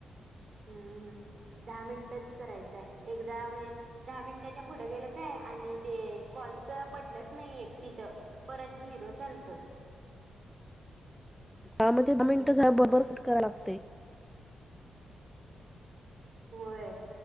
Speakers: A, on the right (about 55°); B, in the centre.
A: हम्म हम् दहा मिनिटच करायचंय एकदा म दहा मिनिटाच्या पुढं गेलं काय आणि ते कॉ लच पडलंच नाही एक तिथं परत झिरो चालतं
B: का म्हणजे द म इंटर साहेब बरोबर कट करा लागते
A: होय